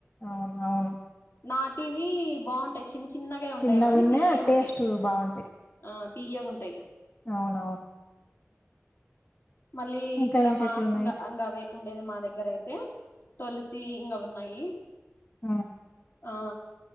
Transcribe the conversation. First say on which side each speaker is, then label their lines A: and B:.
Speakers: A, on the left (about 40°); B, on the left (about 55°).
A: అవును అవును
B: నాటు వి బాగుంటాయి. చిన్న చిన్నగా ఉంటాయి
A: చిన్నగున్నా
B: కానీ తీయగాంటాయి
A: టేస్టు బావుంటాయి.
B: ఆ తీయగుంటై
A: అవునవును
B: మళ్ళీ
A: ఇంకా
B: ఇక్కడ
A: ఏం
B: మా
A: చెట్లున్నాయి?
B: ఇంగా అవే ఉండేది మా దగ్గర అయితే, తులసి ఇంగా ఉన్నయి. ఇయి
A: ఆ
B: ఆ